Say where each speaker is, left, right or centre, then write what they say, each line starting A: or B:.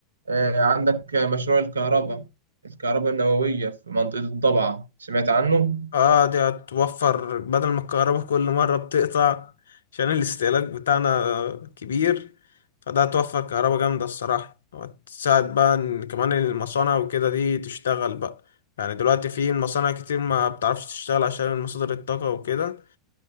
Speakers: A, on the right; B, on the left.
A: آه، عندك مشروع الكهرباء الكهرباء النووية في منطقة الضبعة سمعت عنه؟
B: اه دي هتوفر بدل ما الكهرباء كل مرة بتقطع عشان الاستهلاك بتاعنا كبير فده هتوفر كهرباء جامدة الصراحة وتساعد بقى ان كمان المصانع وكده دي تشتغل بقى يعني دلوقتي في مصانع كتير ما بتعرفش تشتغل عشان مصادر الطاقة وكده